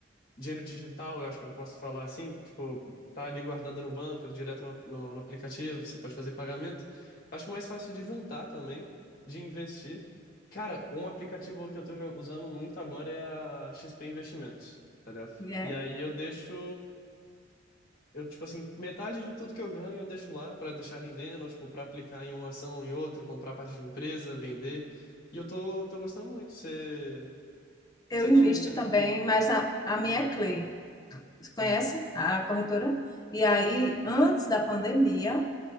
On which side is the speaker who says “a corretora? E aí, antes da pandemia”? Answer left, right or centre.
Left